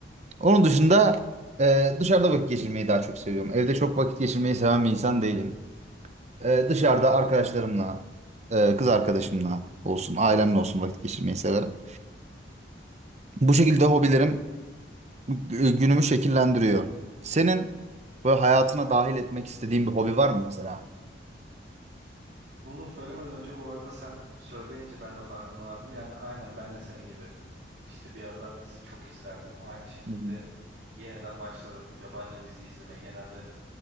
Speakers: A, on the right; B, on the right.
A: Onun dışında e, dışarıda vakit geçirmeyi daha çok seviyorum. Evde çok vakit geçirmeyi seven bir insan değilim. E, dışarıda arkadaşlarımla, e, kız arkadaşımla olsun, ailemle olsun vakit geçirmeyi severim. Bu şekilde hobilerim gü- günümü şekillendiriyor. Senin böyle hayatına dahil etmek istediğin bir hobi var mı mesela?
B: Bunu söylemeden önce bu arada sen söyleyince ben de farkına vardım. Yani aynen ben de senin gibi işte bir aralar dizi çok izlerdim. Aynı şekilde
A: Hı hı.
B: yeniden başladım yabancı dizi izlemeye. Genelde